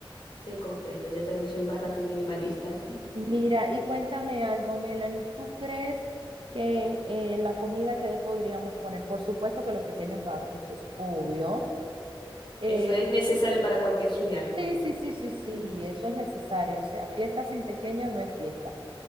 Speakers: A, on the left (about 60°); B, on the right (about 70°).
A: Te comprendo, yo también soy bastante minimalista. <laughs>
B: Mira, y cuéntame algo, Melanie, ¿tú crees que eh, la comida que le podríamos poner? Por supuesto que los pequeños van, eso es obvio. Eh,
A: Eso es necesario para cualquier zuliano.
B: sí, sí, sí, sí, sí,
A: Ujú.
B: eso es necesario. O sea, fiesta sin pequeño no es fiesta.